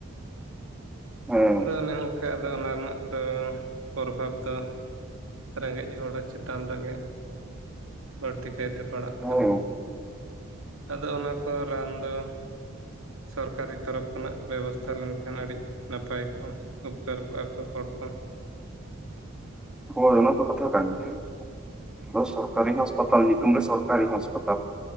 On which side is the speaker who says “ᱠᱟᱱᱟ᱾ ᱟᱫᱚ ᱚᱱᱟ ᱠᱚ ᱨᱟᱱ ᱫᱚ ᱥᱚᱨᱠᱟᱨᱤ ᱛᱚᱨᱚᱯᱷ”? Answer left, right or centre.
Right